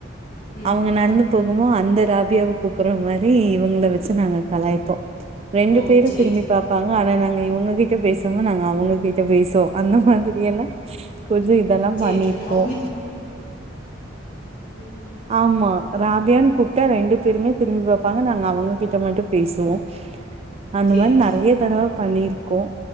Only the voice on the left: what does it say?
ம்
ம்
ஓ
சேரி
சேரி
சேரி
சேரி அவங்க உம்
சேரி
சேரி
ம்